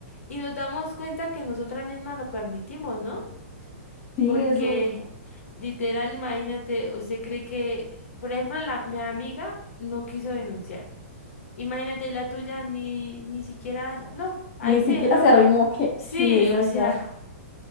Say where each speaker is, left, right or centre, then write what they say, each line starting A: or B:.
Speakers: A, on the left; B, on the left.
A: Y nos damos cuenta que nosotras mismas lo permitimos, ¿no?
B: Sí,
A: Porque
B: eso,
A: literal, imagínate, usted cree que, por ejemplo, la, mi amiga no quiso denunciar. Imagínate la tuya, ni, ni siquiera, no, ahí
B: ni
A: se
B: siquiera
A: dejaba.
B: se arrimó que,
A: Sí,
B: sí, ella
A: o sea,
B: ya,